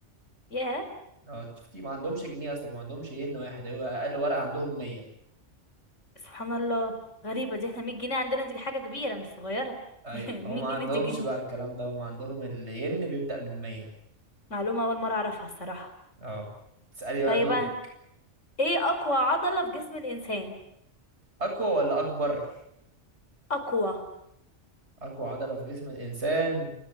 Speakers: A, on the left; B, on the right.
A: ياه
B: اه شفتي ما عندهمش جنيه اصلك ما عندهمش ين واحد هو اقل ورقة عندهم 100
A: سبحان الله غريبة دي احنا 100 جنيه عندنا دي حاجة كبيرة مش صغيرة
B: ايوه
A: <laughs> 100
B: هم ما عندهمش
A: جنيه دي جنيه
B: بقى الكلام ده هم عندهم الين بيبدأ من 100
A: معلومة أول مرة أعرفها الصراحة
B: اه تسألي بقى
A: طيب
B: دورك
A: أنا إيه أقوى عضلة في جسم الإنسان
B: اقوى ولا اكبر
A: أقوى
B: اقوى عضلة في جسم الانسان